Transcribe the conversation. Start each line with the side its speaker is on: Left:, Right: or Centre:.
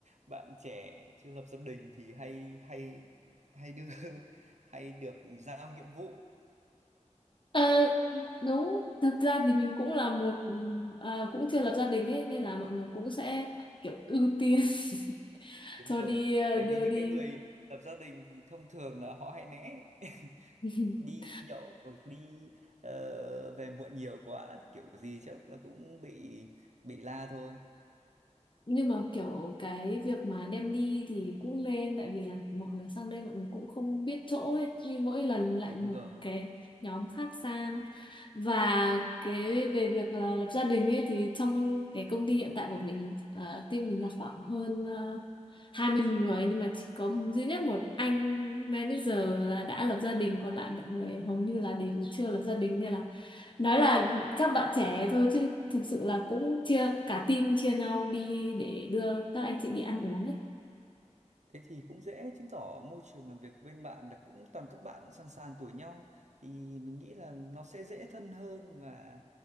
Right: bạn trẻ chưa lập gia đình thì hay hay hay đưa <laughs> hay được giao nhiệm vụ
Left: Ờ, đúng thực ra thì mình cũng là một ừm, à, cũng chưa lập gia đình ấy nên là mọi người cũng sẽ kiểu ưu tiên <laughs>
Right: đúng
Left: cho
Right: rồi
Left: đi ờ,
Right: tại
Left: đưa
Right: vì những
Left: đi
Right: cái người lập gia đình thì thông thường là họ hay né <laughs>
Left: <laughs>
Right: đi nhậu hoặc đi ờ, về muộn nhiều quá thì kiểu gì chắc là cũng bị bị la thôi
Left: nhưng mà kiểu cái việc mà đem đi thì cũng nên tại vì là mọi người sang đây mọi người cũng không biết chỗ ấy như mỗi lần lại
Right: đúng
Left: một
Right: rồi
Left: cái nhóm khác sang và cái về việc là lập gia đình ấy thì trong cái công ty hiện tại của mình uh, team mình là khoảng hơn ờ, 20 người nhưng mà chỉ có duy nhất một anh manager là đã lập gia đình còn lại mọi người hầu như là đều chưa lập gia đình nên là nói là các bạn trẻ thôi chứ thực sự là cũng chia cả team chia nhau đi để đưa các anh chị đi ăn uống ấy
Right: Thế thì cũng dễ chứng tỏ môi trường làm việc bên bạn là cũng toàn các bạn sàn sàn tuổi nhau thì mình nghĩ là nó sẽ dễ thân hơn và